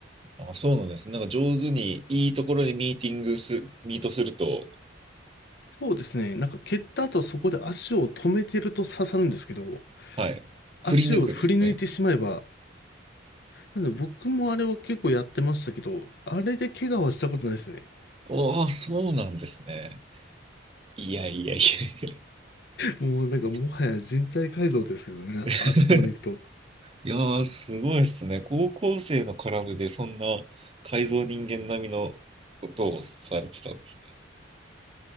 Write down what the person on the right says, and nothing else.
あ、そうなんです。なんか上手に、いいところでミーティングする、ミートすると、
はい。
振り抜くですね。
おー、そうなんですね。いやいやいや。
そ <laughs>
いやー、すごいですね。高校生の絡みでそんな改造人間並みのことをされてたんですね。